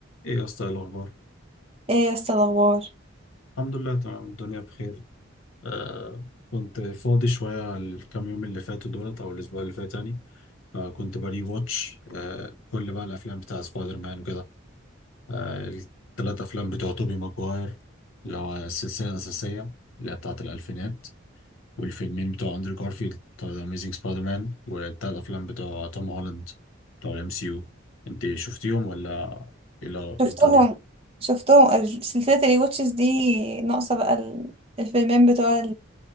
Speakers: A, on the left (about 80°); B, on the right (about 30°).
A: ايه يا اسطى إيه الاخبار
B: ايه يس الاخبار
A: الحمد لله تمام الدنيا بخير آه كنت فاضي شويه الكام يوم اللي فاتوا دولت او الاسبوع اللي فات يعني فكنت بري واتش آه كل بقى الافلام بتاع سبايدر مان وكده آه الثلاث افلام بتوع توبي ماجواير اللي هو السلسله الاساسيه اللي هي بتاعه الالفينات والفيلمين بتوع اندرو جارفيلد بتوع ذا اميزنج سبايدر مان والثلاث افلام بتوع توم هولاند بتوع الام سي يو انت شفتيهم ولا إيه
B: شفتهم
A: الدنيا
B: شفتهم ال- سلسلة الواتشز دي ناقصة بقى ال- الفيلمين بتوع